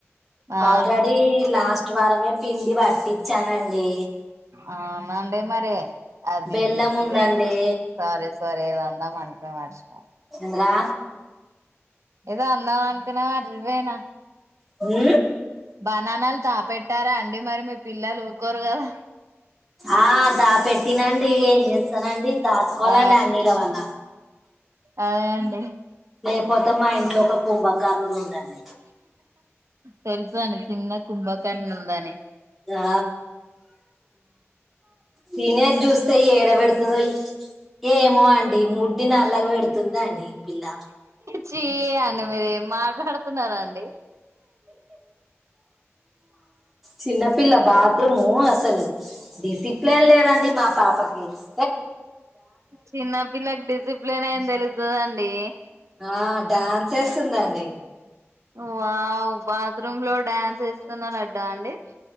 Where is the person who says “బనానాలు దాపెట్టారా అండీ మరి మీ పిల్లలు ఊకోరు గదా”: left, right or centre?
Right